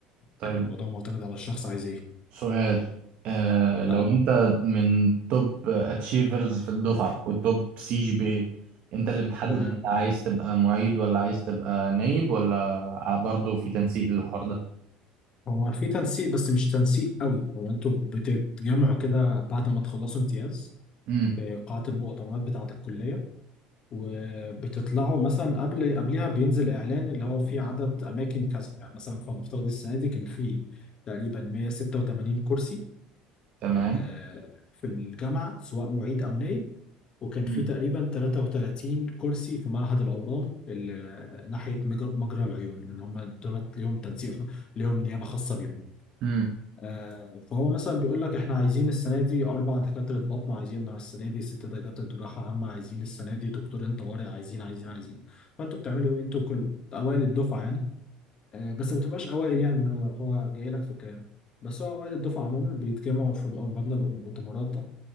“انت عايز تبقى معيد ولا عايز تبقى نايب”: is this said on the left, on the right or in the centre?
Right